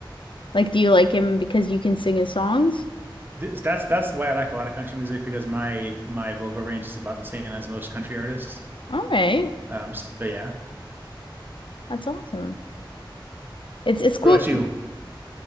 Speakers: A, on the left; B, on the right.
A: Like, do you like him because you can sing his songs?
B: This, that's that's why I like a lot of country music because my my vocal range is about the same as most country artists.
A: All right,
B: Um, so yeah.
A: that's awesome. It's it's cool.
B: What about you?